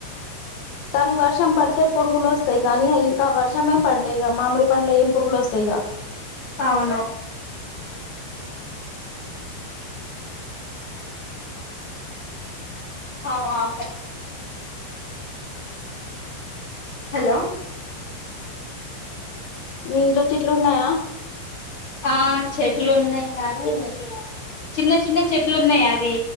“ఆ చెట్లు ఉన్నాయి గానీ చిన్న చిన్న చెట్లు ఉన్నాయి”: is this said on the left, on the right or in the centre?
Left